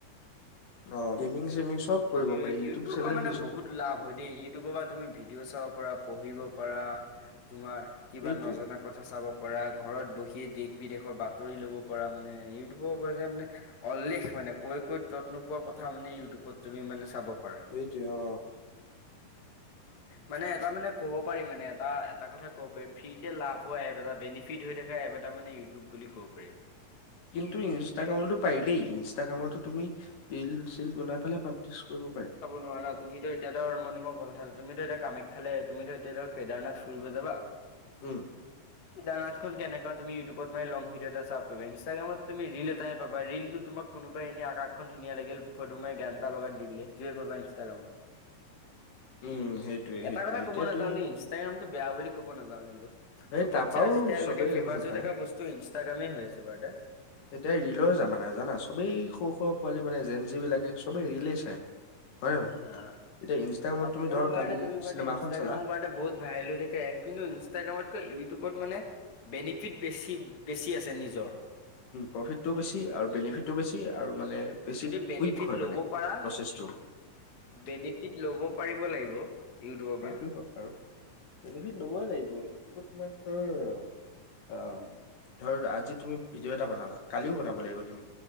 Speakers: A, on the left (about 65°); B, on the left (about 35°).
A: অ' গেমিং চেমিং চব
B: তুমি
A: কৰিব পাৰি ইউটিউব
B: ইউটিউবৰ
A: চেনেল
B: পৰা মানে
A: নিজৰ
B: বহুত লাভ হয় দেই, ইউটিউবৰ পৰা তুমি ভিডিঅ' চাব পাৰা পঢ়িব পাৰা, তোমাৰ কিবা
A: সেইটোৱে
B: নজনা কথা চাব পৰা ঘৰত বহিয়ে দেশ বিদেশৰ বাতৰি ল'ব পৰা মানে ইউটিউবৰ ওপৰত যে মানে অল্লেখ মানে কৈ কৈ তত নোপোৱা কথা মানে ইউটিউবত তুমি মানে চাব পাৰা
A: সেইটোৱে অ
B: উ মানে এটা মানে ক'ব পাৰি মানে এটা এটা কথা ক'ব পাৰি ফ্ৰীতে লাভ হোৱা এপ এটা বেনিফিট হৈ থকা এপ এটা মানে বুলি ক'ব পাৰি।
A: কিন্তু ইনষ্টাগ্ৰামতো পাৰি দেই ইনষ্টাগ্ৰামতো তুমি ৰিল চিল বনাই পেলাই প্ৰাক্টিচ কৰিব পাৰি।
B: নোৱাৰ ন তুমিতো এতিয়া ধৰ মই তুমি কথাটো তুমি ধো এতি কামাখ্যালে তুমি ধ এতিয়া ধক কেদাৰনাথ ফুৰিব যাবা। <inaudible>
A: উম
B: <inaudible> ইন্টাৰনেট খন কেনেকুৱা তুমি ইউিউবত মানে লং ভিডিঅ এটা চাবা ইনষ্টাগ্ৰামত তুমি ৰিল এটাহে পাবা ৰিলতো তোমাক কোনোবাই এনে আকাশখন ধুনীয়া লাগিল ফটো মাৰ গান এটা লগত দি দিলে তয়ে পাবা ইনষ্টাগ্ৰামত
A: উম সেইটোয়ে
B: এটা
A: সেইটোয়ে
B: কথা
A: এতিয়া
B: কব নাযাও
A: তুমি
B: যে ইনষ্টাগ্ৰামতটো বেয়া বুলি কব নাযাও কিন্তু
A: সেই
B: চবতছে
A: তাৰপাও
B: আজিতিয়ালৈকে
A: চবেই
B: ফেমাছ
A: ভাল
B: হৈ
A: পায়।
B: থকা বস্তু ইনষ্টাগ্ৰামে হৈ আছে বাৰু দো
A: এতিয়া ৰিলৰ জামানা জানা চবেই সৰু সৰু পোৱালি মানে এজেঞ্চি বিলাকে সবেই ৰিলে চায়। হয় ন ন নহয়
B: অ
A: এতিয়া ইনষ্টাগ্ৰামত
B: আজিকালি
A: তুমি ধ
B: বাৰু
A: কালি
B: তুমি বাৰু
A: চিনেমা
B: ইনষ্টাগ্ৰামৰ
A: এখন চালা
B: বাৰু বহুত ভাইৰেল হৈ থাকে এপ কিন্তু ইনষ্টাগ্ৰামতকৈ ইউটিউবত মানে বেনিফিট বেছি বেছি আছে নিজৰ
A: প্ৰফিটটো বেছি আৰু বেনিফিটটো বেছি আৰু মানে বেছি
B: যদি বেনিফিট
A: কুইক হয়
B: ল'ব
A: মানে
B: পাৰা
A: প্ৰচেছটো
B: বেনিফিট ল'ব পাৰিব লাগিব। ইউটিউবৰ পৰা
A: সেইটো হক আৰু বেনিফিট লবই লাগিব এটো তোমাৰ ধৰ অ ধৰ আজি তুমি ভিডিঅ' এটা বনালা কালিও বনাব লাগিব তুমি